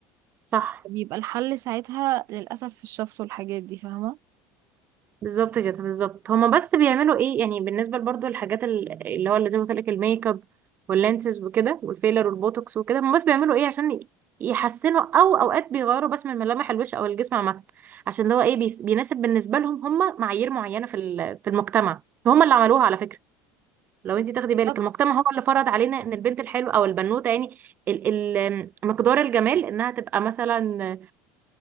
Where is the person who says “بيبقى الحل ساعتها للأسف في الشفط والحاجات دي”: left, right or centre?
Right